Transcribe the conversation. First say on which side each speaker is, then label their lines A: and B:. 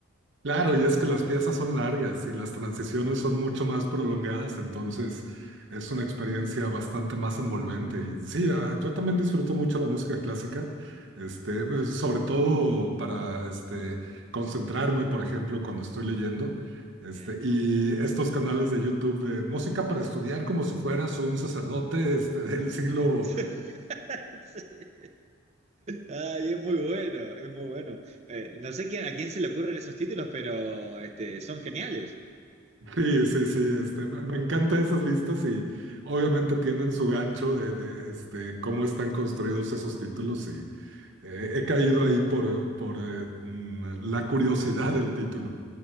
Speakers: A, on the right; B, on the right.
A: Claro, y es que las piezas son largas y las transiciones son mucho más prolongadas, entonces es una experiencia bastante más envolvente. Y sí, ah, yo también disfruto mucho la música clásica, este, pues, sobre todo para este, concentrarme, por ejemplo, cuando estoy leyendo. Este,
B: Bien.
A: y estos canales de YouTube de música para estudiar como si fueras un sacerdote este, del siglo
B: Eh, <laughs> sí. Ay, es muy bueno, es muy bueno. Eh, no sé quién- a quién se le ocurren esos títulos, pero este, son geniales.
A: Sí, sí, sí, este, me, me encantan esas listas y obviamente tienen su gancho de, de, este, cómo están construidos esos títulos y eh, he caído ahí por, por eh, mm, la curiosidad del título.